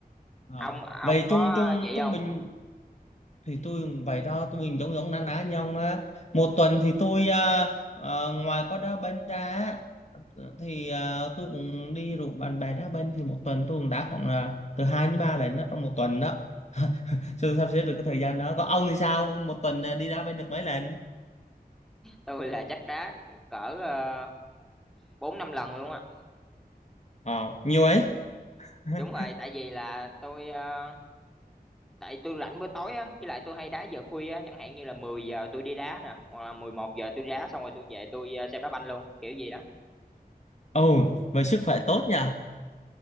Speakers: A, on the left; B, in the centre.
A: à.
B: Ông ông
A: vậy
B: có
A: trung trung
B: vậy
A: trung
B: không?
A: bình thì tôi cũng vậy đó tôi mình giống giống na ná nhau á một tuần thì tôi à, à, ngoài có đá banh ra á, thì à, tôi cũng đi rủ bạn bè đá banh thì một tuần tôi cũng đá khoảng là từ hai đến ba lần đó trong một tuần đó <laughs> chưa sắp xếp được cái thời gian đó còn ông thì sao một tuần à, đi đá banh được mấy lần
B: Tôi là chắc đá được cỡ uh, 4 5 lần luôn á.
A: ờ nhiều ấy <laughs>
B: Đúng rồi, tại vì là tôi ờ, tại tôi rảnh bữa tối á, với lại tôi hay đá giờ khuya á, chẳng hạn như là 10 giờ tôi đi đá nè, hoặc là 11 giờ tôi đi đá xong rồi tôi về tôi ờ, xem đá banh luôn, kiểu gì đó.
A: ồ vậy sức khỏe tốt nhỉ